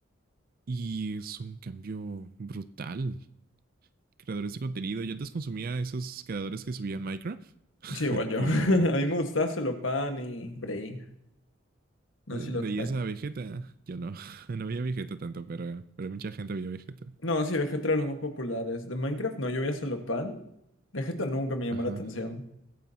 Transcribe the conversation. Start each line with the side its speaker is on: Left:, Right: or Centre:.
Right: Y es un cambio brutal. creadores de contenido. Yo antes consumía esos creadores que subían Minecraft, <laughs>
Left: Sí, igual yo.
Right: como
Left: <laughs> A mí me gustaba Celopan y Bray, no
Right: veía
Left: sé si los cachas.
Right: esa Vegeta. Yo no, <laughs> no veía Vegeta tanto, pero, pero mucha gente veía Vegeta.
Left: No, sí, Vegeta era de los más populares. De Minecraft, no, yo vi a Celopan. Vegeta nunca me llamó
Right: Ajá.
Left: la atención.